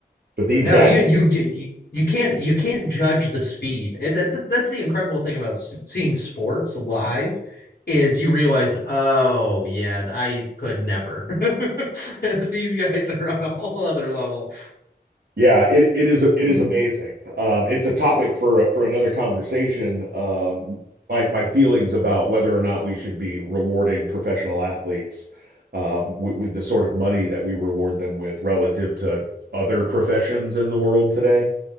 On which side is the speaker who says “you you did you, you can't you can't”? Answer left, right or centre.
Left